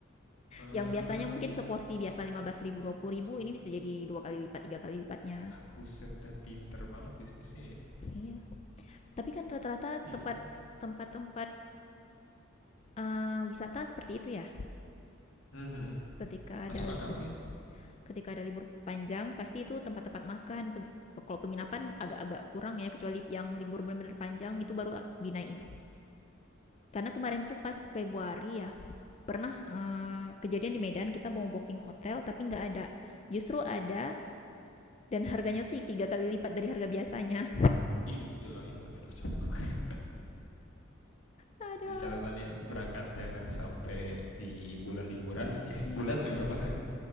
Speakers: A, on the left (about 85°); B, on the left (about 30°).
A: Ah,
B: Yang biasanya mungkin seporsi biasa lima belas ribu dua puluh ribu ini bisa jadi dua kali lipat, tiga kali lipatnya.
A: ah, buset dah pinter banget bisnisnya ya.
B: Iya. Tapi kan rata-rata
A: Oh gitu.
B: tempat tempat-tempat eh, wisata seperti itu ya
A: Hmm, hmm, hmm.
B: ketika ada
A: masuk akal
B: libur.
A: sih.
B: ketika ada libur panjang pasti itu tempat-tempat makan peng- kalau penginapan agak-agak kurang ya kecuali yang libur benar-benar panjang itu baru a- dinaikin karena kemarin tuh pas Februari ya pernah eh, kejadian di Medan kita mau booking hotel tapi nggak ada justru ada dan harganya tuh tiga kali lipat dari harga biasanya
A: Innalillahi wa inna ilaihi raji'un.
B: ada
A: Jadi catatannya berangkat jangan sampai di bulan liburan aja.
B: iya
A: <laughs> Bulan lagi apalagi.